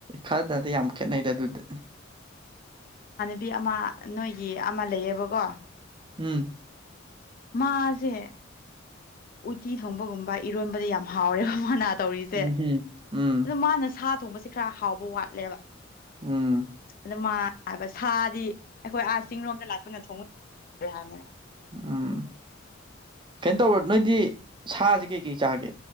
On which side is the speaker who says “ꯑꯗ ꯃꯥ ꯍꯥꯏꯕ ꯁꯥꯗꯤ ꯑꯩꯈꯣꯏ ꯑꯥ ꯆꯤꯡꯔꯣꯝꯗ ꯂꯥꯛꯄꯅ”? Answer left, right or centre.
Left